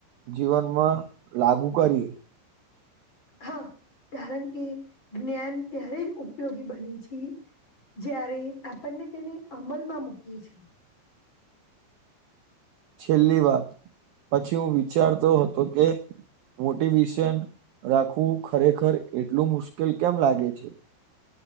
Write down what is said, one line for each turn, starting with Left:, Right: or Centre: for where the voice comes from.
Right: જીવનમાં લાગુ કરીએ.
Left: હા કારણ કે જ્ઞાન ત્યારે જ ઉપયોગી બને છે જયારે આપણને તેને અમલમાં મૂકીએ છીએ.
Right: છેલ્લી વાત પછી હું વિચારતો હતો કે મોટી વિષ રાખવું ખરેખર એટલું મુશ્કેલ કેમ લાગે છે?